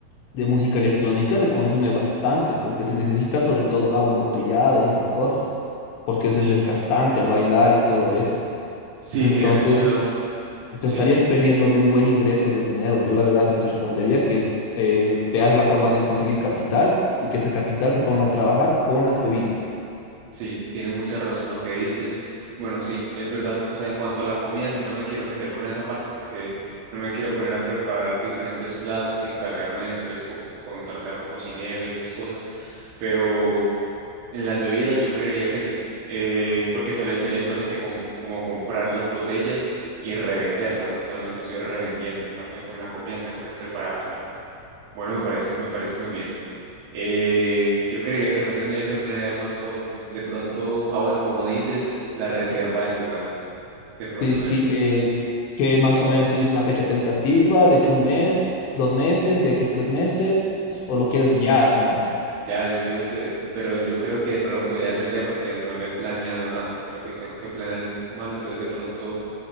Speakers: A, on the left (about 75°); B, on the right (about 80°).
A: de música electrónica se consume bastante porque se necesita sobre todo agua embotellada y esas cosas, porque
B: Sí,
A: es desgastante el bailar y todo eso.
B: sí,
A: Entonces,
B: tiene mucha, sí,
A: te estarías perdiendo de un buen ingreso de dinero. Yo la verdad, yo te recomendaría que eh, veas la forma de conseguir capital y que ese capital se ponga a trabajar con las bebidas.
B: sí, tiene mucha razón lo que dices. Bueno, sí, es verdad. O sea, en cuanto a la comida, sí no me quiero meter con esa parte porque no me quiero poner a preparar diferentes platos y encargarme de entonces co- contratar a un cocinero y esas cosas. Pero En las bebidas yo creería que sí, eh, porque solo- sería solamente como, como comprar las botellas y revenderlas, o sea, solamente estoy revendiendo. En cambio, con la comida tengo que prepararlas. Bueno, me parece, me parece muy bien. Eh, yo creería que no tendría que planear más cosas. De pronto, ah, bueno, como dices, la reserva del lugar. De pronto
A: Sí, sí,
B: eso.
A: eh, que más o menos tienes una fecha tentativa de aquí un mes, dos meses, de aquí a tres meses, o lo quieres ya nomás.
B: Ya, yo quiero ser- pero yo creo que no lo podría hacer ya porque no lo he planeado tanto. Creo que tengo que planearlo un poco más. Entonces, de pronto